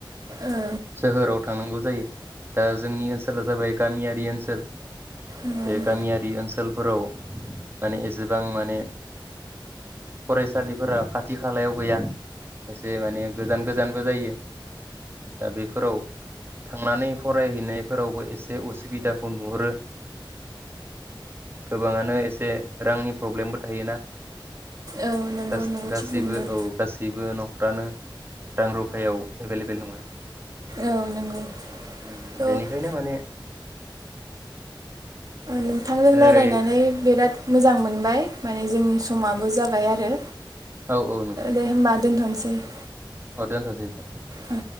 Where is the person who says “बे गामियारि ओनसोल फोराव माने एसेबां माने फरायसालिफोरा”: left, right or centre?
Right